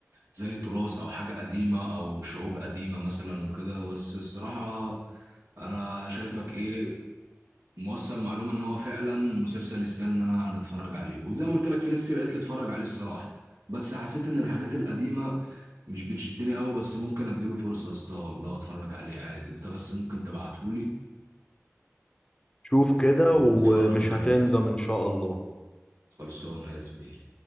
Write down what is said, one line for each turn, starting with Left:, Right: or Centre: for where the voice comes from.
Right: زي تراث او حاجه قديمه او شعوب قديمه مثلا وكده بس الصراحه انا شايفك ايه موصل معلومه ان هو فعلا مسلسل يستاهل ان انا نتفرج عليه وزي ما قلت لك في ناس كتير قالت لي اتفرج عليه الصراحه بس حسيت ان الحاجات القديمه مش بتشدني قوي بس ممكن اديله فرصه يا اسطى والله اتفرج عليه عادي انت بس ممكن تبعتهولي
Left: شوف كده ومش
Right: ونتفرج عليه
Left: هتندم ان شاء الله
Right: خلصانه يا زميلي